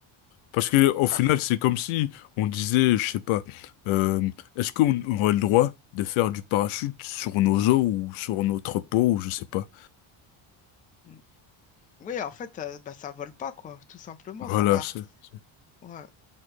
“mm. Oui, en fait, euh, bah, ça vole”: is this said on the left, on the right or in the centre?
Left